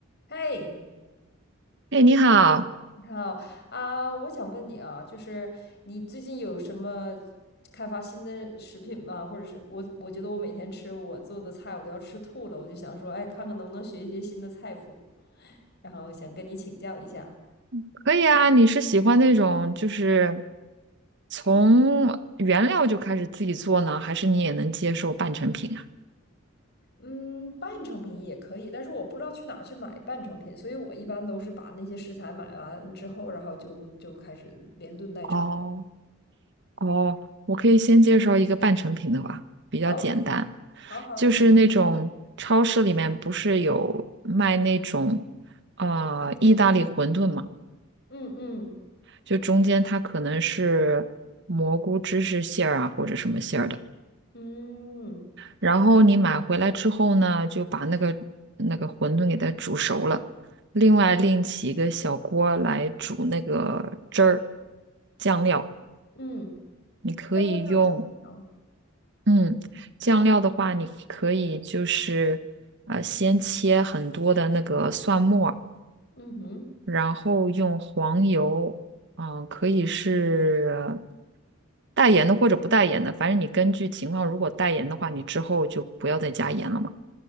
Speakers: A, on the left; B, on the right.
A: 嘿，
B: 哎，你好，
A: 你好啊，我想问你啊，就是你最近有什么开发新的食品吗？或者是我，我觉得我每天吃我做的菜，我都要吃吐了，我就想说，哎，看看能不能学一些新的菜谱，然后想跟你请教一下。
B: 可以啊。你是喜欢那种就是从原料就开始自己做呢，还是你也能接受半成品啊？
A: 嗯，半成品也可以，但是我不知道去哪儿去买半成品，所以我一般都是把那些食材买完之后，然后就就开始连炖带炒的。
B: 哦哦，我可以先介绍一个半成品的吧，比较简单，
A: 好，好，好，
B: 就是那种超市里面不是有卖那种
A: 好，
B: 呃意大利馄饨嘛，
A: 嗯嗯
B: 就中间它可能是蘑菇芝士馅儿啊，或者什么馅儿的。
A: 嗯
B: 然后你买回来之后呢，就把那个那个馄饨给它煮熟了，另外另起一个小锅来煮那个汁儿酱料。
A: 嗯，
B: 你可以用，
A: 这个要怎么调？
B: 嗯，酱料的话，你可以就是呃先切很多的那个蒜末儿
A: 嗯哼，
B: 然后用黄油，嗯、可以是带盐的或者不带盐的，反正你根据情况，如果带盐的话，你之后就不要再加盐了嘛。